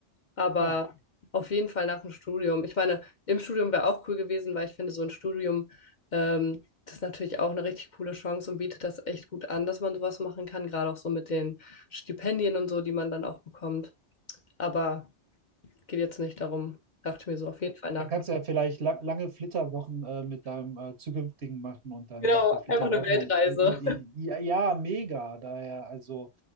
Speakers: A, on the left (about 45°); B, on the right (about 70°).
A: Aber
B: ja,
A: auf jeden Fall nach dem Studium. Ich meine, im Studium wäre auch cool gewesen, weil ich finde, so ein Studium, ähm, das ist natürlich auch eine richtig coole Chance und bietet das echt gut an, dass man sowas machen kann, gerade auch so mit den Stipendien und so, die man dann auch bekommt. Aber geht jetzt nicht darum. Dachte ich mir so auf jeden Fall nach.
B: dann kannst
A: dem Studium.
B: du ja vielleicht la lange Flitterwochen äh, mit deinem äh, zukünftigen machen und dann
A: Genau,
B: macht ihr Flitterwochen
A: einfach eine Weltreise.
B: äh, in, in, ja, ja, mega. Daher, also